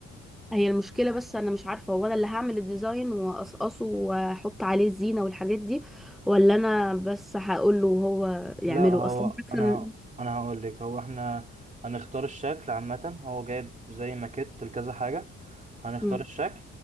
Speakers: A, in the centre; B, on the right (about 25°).
A: هي المشكله بس انا مش عارفه هو انا اللي هعمل الديزاين واقصقصه واحط عليه الزينه والحاجات دي ولا انا بس هقول له وهو يعمله
B: لا هو
A: اصلا حاسه
B: انا
A: إن-
B: انا هقول لك هو احنا هنختار الشكل عامة هو جايب زي ماكيت لكذا حاجة هنختار
A: مم.
B: الشكل